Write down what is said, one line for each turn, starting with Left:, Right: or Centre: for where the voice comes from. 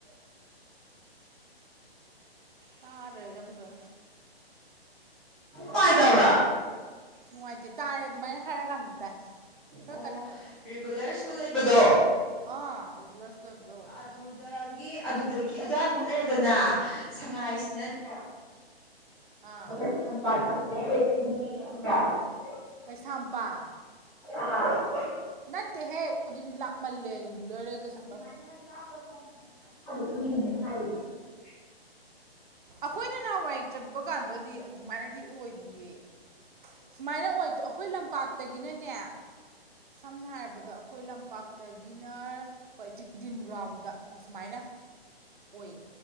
Right: ꯇꯥꯗ꯭ꯔꯦꯗ ꯐꯖꯅ
Centre: ꯑꯁꯤ ꯇꯥꯗꯕ꯭ꯔꯥ
Right: ꯅꯨꯡꯉꯥꯏꯇꯦ ꯇꯥꯔꯦ ꯑꯗꯨꯃꯥꯏꯅ ꯍꯥꯏꯔ ꯀꯥꯟꯗ ꯇꯥꯏ ꯈꯔ
Centre: ꯑꯣ
Right: ꯀꯟꯅ ꯍꯥꯏꯔꯛꯑꯣ
Centre: ꯔꯤꯒꯨꯂꯔ ꯁ꯭ꯀꯨꯜ ꯂꯩꯕꯗꯣ
Right: ꯑꯥ ꯔꯤꯒꯨꯂꯔ ꯁ꯭ꯀꯨꯜ ꯍꯥꯏꯕꯗꯣ
Centre: ꯑꯗꯨꯗꯒꯤ ꯑꯗꯨꯗꯒꯤ ꯑꯗꯨꯋꯥꯏꯃꯨꯛ ꯂꯩꯔꯗꯅ ꯁꯉꯥꯏꯁꯤꯅꯅꯦ
Right: ꯑꯥ
Centre: <inaudible>
Right: ꯀꯩꯁꯥꯝꯄꯥꯠ
Centre: ꯑꯥ
Right: ꯅꯠꯇꯦꯍꯦ ꯑꯗꯨꯗꯤ ꯂꯥꯞꯃꯜꯂꯦ ꯔꯤꯒꯨꯂꯔꯗꯒꯤ ꯀꯩꯁꯥꯝ
Centre: <inaudible>
Right: ꯑꯩꯈꯣꯏꯅ ꯅꯍꯥꯟꯋꯥꯏ ꯆꯠꯄ ꯀꯥꯟꯗꯨꯗꯗꯤ ꯑꯗꯨꯃꯥꯏꯅꯗꯤ ꯑꯣꯏꯗꯤꯌꯦ ꯁꯨꯃꯥꯏꯅ ꯑꯣꯏ ꯇꯣ ꯑꯩꯈꯣꯏ ꯂꯝꯄꯥꯛꯇꯒꯤꯅꯅꯦ ꯁꯝꯅ ꯍꯥꯏꯔꯕꯗ ꯑꯩꯈꯣꯏ ꯂꯝꯄꯥꯛ ꯗꯒꯤꯅ ꯑꯩꯣꯏ ꯇꯤꯟꯗꯤꯟ ꯒ꯭ꯔꯥꯎꯟꯗ ꯑꯁꯨꯃꯥꯏꯅ ꯑꯣꯏꯌꯦ